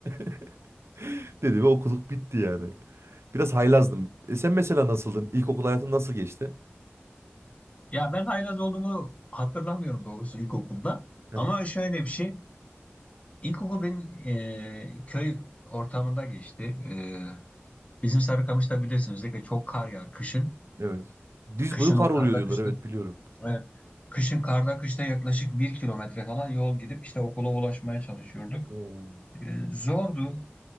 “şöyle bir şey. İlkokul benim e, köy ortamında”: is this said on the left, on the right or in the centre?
Left